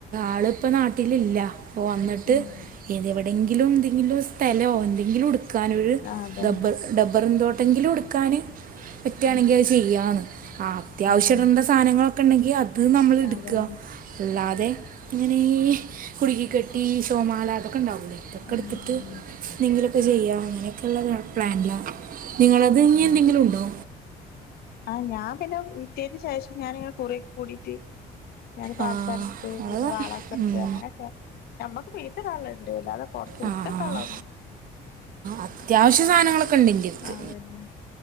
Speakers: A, on the right; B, on the left.
A: ആള്പ്പം നാട്ടിലില്ല അപ്പോ വന്ന്ട്ട്
B: ഉം
A: ഏതോ എവിടെയെങ്കിലും ന്തെങ്കിലും സ്ഥലൊ എന്തെങ്കിലും ഇട് ക്കാനൊരു
B: ആഹ് അതന്നെ
A: ഡബർ ഡബ്ബറ് തോ എന്തെങ്കിലുട്ക്കാൻ പറ്റാണെങ്കി
B: ഉം
A: അത് ചെയ്യാന്ന് അത്യാവശ്യ
B: ഉം
A: ഇടേണ്ട സാധനങ്ങളൊ ക്കെണ്ടെങ്കി അ ത് നമ്മളെട്ക്ക
B: അതന്നെ
A: അല്ലാതെ ഇങ്ങനെ കുട്ക്കി കെട്ടി ഷോ മാലാക തൊക്കേണ്ടാവുല്ലേ ഇതോക്കെട്ത്ത്ട്ട്
B: ഉം
A: എന്തെങ്കിലും ഉ ചെയ്യുക പ്ലാനല്ല നിങ്ങളത്
B: ഉം
A: ഇനി എന്തെങ്കിലും ഉണ്ടോ
B: ആഹ് ഞാൻ പിന്നെ വിറ്റേന് ശേഷം ഞാനിങ്ങനെ കുറക്കെ കൂടിട്ട് ഞാൻ പാതസൊരം
A: ആ
B: എടുത്ത്
A: അത്
B: പിന്നെ വളൊക്കെ എടുത്ത്
A: ഉം.
B: അങ്ങനെയൊക്കെയ നമ്മക്ക് പെയ്ത്ത കള്ളുണ്ട് അല്ലാതെ പൊറത്ത
A: ആ
B: വിടുത്ത
A: ആ
B: കള്ളൊന്ന
A: അത്യാവശ്യ സാധനങ്ങൾക്ക ക്കണ്ട് ഇൻന്റെ അടുത്ത്
B: അതന്നെ